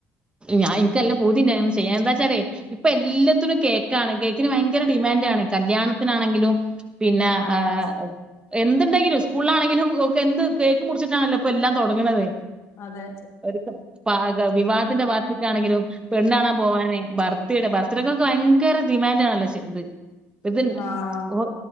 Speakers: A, on the right; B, on the left.
A: ഞാൻ ഇനിക്കല്ലാം പൂതിണ്ടാ യനെ ചെയ്യാൻ എന്താ വച്ചാലേ ഇപ്പൊ എല്ലാത്തിനും കേക്കാണ് കേക്കിന് ഭയങ്കര ഡിമാൻഡ് ആണ് കല്യാണത്തിനാണെങ്കിലും പിന്നെ
B: ആഹ്
A: ആ <unintelligible> എന്തുണ്ടെങ്കിലും സ്കൂളിലാണെങ്കിലും ഒ എന്ത് കേക്ക് മുറിച്ചിട്ടാണല്ലോപ്പൊ എല്ലാം തുടങ്ങണത്
B: അതെ
A: ഒ വിവാഹത്തിന്റെ വാർത്തയ്ക്കാണെങ്കിലും പെണ്ണാണാ പോവാനെ ഭർത്തിടെ ഭർത്തടക്കൊക്കെ ഭയങ്കര ഡിമാൻഡ് ആണല്ലോ ഇത് ഇത്ഓ
B: ആഹ്